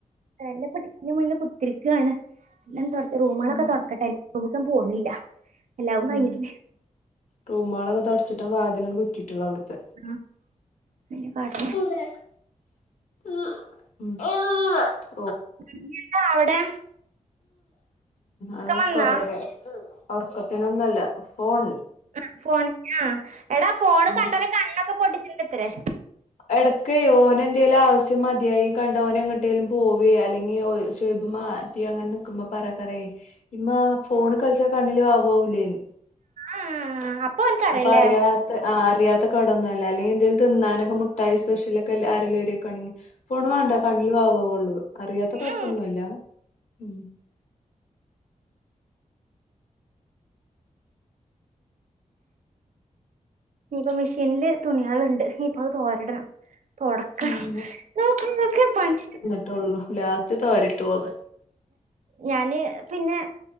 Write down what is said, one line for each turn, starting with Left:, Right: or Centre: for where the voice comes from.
Right: ല്ല പെട്ടിന്റെ മുന്നില് കുത്തിര്ക്കാണ് പിന്ന തൊട് റൂമാളൊക്കെ
Left: ഉം
Right: തൊട്ക്കട്ടെ <unintelligible> പോണില്ല എല്ലാവും
Left: ഉം
Right: കഴിഞ്ഞിട്ട്
Left: റൂമാളൊക്കെ തൊട്ച്ചിട്ടാ വാതിലങ് കുറ്റിട്ടളാ അവിട്ത്തെ
Right: ഉം പിന്നെ കാട്ട
Left: <inaudible>
Right: എന്താ അവടെ
Left: അത്
Right: വന്നാ
Left: കൊറേരായ് ഒർക്കത്തിലൊന്നും അല്ല ഫോൺ
Right: ആ ഫോണ്നാ എടാ ഫോണ്
Left: ഉം
Right: കണ്ടാല് കണ്ണൊക്കെ പൊട്ടിച്ചിണ്ടത്തരേ
Left: എടക്കേ ഓന് എന്തേലും ആവശ്യം മതിയായി കണ്ട ഓൻ എങ്ങോട്ടേങ്കലും പോവേ അല്ലെങ്കി ഒരു <unintelligible> റ്റി അങ്ങനെക്കുമ്പ പറയക്കേരയ് ഇമ്മാ ഫോണ് കളിച്ചാ കണ്ണിൽ വാവു ആവൂലേന്ന്
Right: ആഹ് ഓൻക്കറിയാല്ലേ
Left: അപ്പൊ അറിയ അറിയാത്ത കേടൊന്നും അല്ല അല്ലെങ്കി എന്തേല് തിന്നാനൊക്കെ മുട്ടായി സ്പെഷ്യല ഒക്കെ ആരെലും ഓരിയക്കാണെങ്കി ഫോണ് വേണ്ട കണ്ണിൽ വാവാവ്ള്ളു അറിയാത്ത കൊഴപ്പൊന്നൊല്ല
Right: ഉം
Left: ഉം
Right: നീയിപ്പ മെഷീൻല് തുണിയാള്ണ്ട് ഇനിയിപ്പ അത് തോരടണം തൊടക്കം
Left: ഉം
Right: നോക്കുന്നൊക്കെ പണി
Left: ട്ടൊള്ളൂ ലാസ്റ്റ് തോരിട്ടോന്ന്
Right: ഞാന് പിന്നെ